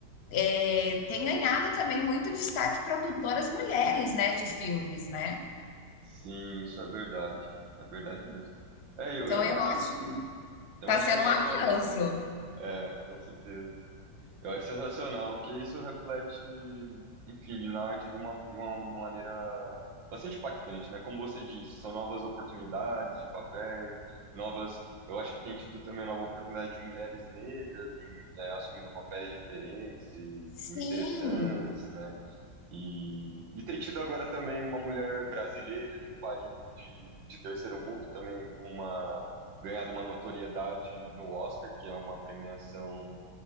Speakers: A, on the left; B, on the right.
A: Eh, tem ganhado também muito destaque produtoras mulheres, né, de filmes, né.
B: Sim, isso é verdade. É verdade mesmo. É, eu,
A: Então
B: eu
A: eu
B: acho,
A: acho
B: sim,
A: que
B: eu
A: está
B: acho
A: sendo
B: sensacional.
A: um avanço.
B: É, com certeza. Eu acho sensacional, porque isso reflete, enfim, na arte de uma, de uma maneira bastante impactante, né? Como você disse, são novas oportunidades de papéis, novas. Eu acho que tem tido também nova oportunidade de mulheres negras em, é, assumindo papéis diferentes e, e
A: Sim,
B: interessantes, né? E, e tem tido agora também uma mulher brasileira de um país de, de terceiro mundo também com uma ganhado uma notoriedade no Oscar, que é uma premiação